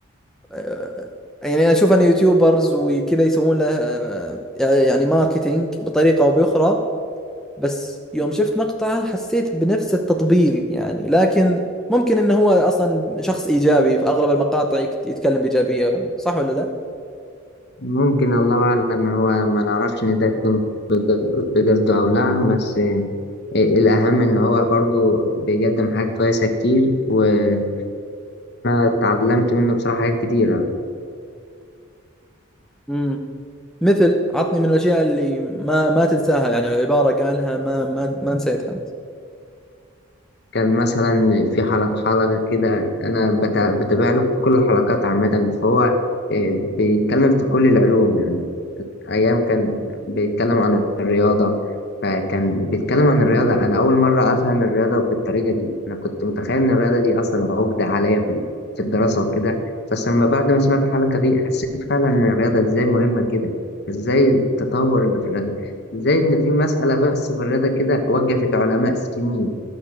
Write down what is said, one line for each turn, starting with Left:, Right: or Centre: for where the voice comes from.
Centre: آه، يعني انا اشوف ان يوتيوبرز وكذا يسوون له آه، آه، يعني ماركتينج بطريقة او باخرى بس يوم شفت مقطعه حسيت بنفس التطبيل يعني لكن ممكن انه هو اصلا شخص ايجابي في اغلب المقاطع يك- يتكلم بايجابية صح ولا لا؟
Left: ممكن الله أعلم هو ما نعرفش إن ده يكون بج- بقصده أو لا بس إيه، الأهم إن هو برضو بيقدم حاجات كويسة كتير وأنا اتعلمت منه بصراحة حاجات كتيرة
Centre: امم مثل عطني من الاشياء اللي ما ما تنساها يعني عبارة قالها ما ما ما نسيتها انت
Left: كان مثلا في حلقة حلقة كده أنا بتا- بتابع له كل الحلقات عامة فهو آه، بيتكلم في كل العلوم يعني أيام كان بيتكلم عن الرياضة فكان بيتكلم عن الرياضة أنا أول مرة أفهم الرياضة بالطريقة دي أنا كنت متخيل إن الرياضة دي أصلا عقدة عليا في في الدراسة وكده بس لما بعد ما سمعت الحلقة دي حسيت فعلا إن الرياضة إزاي مهمة كده إزاي التطور اللي في الرياضة إزاي إن في مسألة بس في الرياضة كده وقفت علماء سنين